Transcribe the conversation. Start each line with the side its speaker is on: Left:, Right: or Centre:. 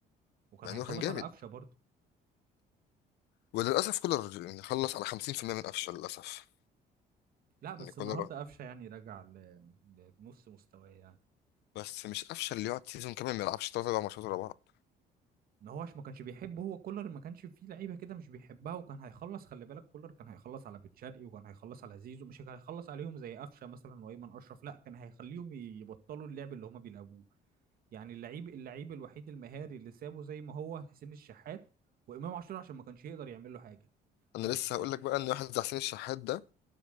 Right: وكان
Left: مع
Right: هيخلص
Left: انه كان جامد
Right: على قفشه برضه
Left: وللاسف كولر يعني خلص على 50% من قفشه للاسف
Right: لا بس
Left: ان كولر
Right: النهارده قفشه يعني رجع ل... لنص مستواه يعني
Left: بس مش قفشه اللي يقعد سيزون كامل ما يلعبش ثلاث اربع ماتشات ورا بعض
Right: ان هو عشان ما كانش بيحبه هو كولر ما كانش فيه لعيبه كده مش بيحبها وكان هيخلص خلي بالك كولر كان هيخلص على بن شرقي وكان هيخلص على زيزو مش كان هيخلص عليهم زي قفشه مثلا وايمن اشرف لا كان هيخليهم يبطلوا اللعب اللي هما بيلعبوه يعني اللعيب اللعيب الوحيد المهاري اللي سابه زي ما هو حسين الشحات وامام عاشور عشان ما كانش يقدر يعمل له حاجه
Left: انا
Right: بس
Left: لسه هقول لك بقى ان واحد زي حسين الشحات ده